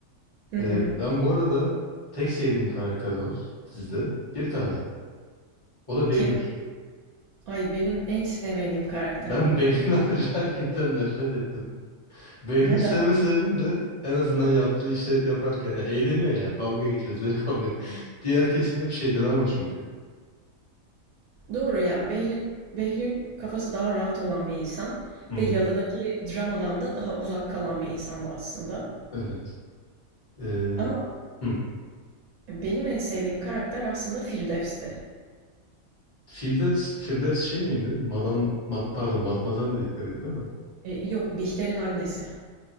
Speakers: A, on the right; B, on the left.
A: Hı
B: Ee,
A: hı.
B: ben bu arada tek sevdiğim karakter var dizide. Bir tane. O da Behlül.
A: Kim? Ay benim en sevmediğim karakter
B: Ben
A: o.
B: Behlül <laughs> harici herkesten nefret ettim. Behlül
A: Neden?
B: sevme sebebim de en azından yaptığı işte yaparken yani eğleniyor yani. Dalga geçiyor, zevk alıyor. <laughs> Diğer kesim hep şey drama çünkü.
A: Doğru yani Behlül, Behlül kafası daha rahat olan bir insan
B: Hı hı.
A: ve yalıdaki dramadan da daha uzak kalan bir insandı aslında.
B: Evet. Ee,
A: Ama
B: hı.
A: benim en sevdiğim karakter aslında Firdevs'ti.
B: Firdevs, Firdevs şey miydi? Madam, Mad- pardon, Matmazel dedikleri değil mi?
A: E, yok Bihter'in annesi.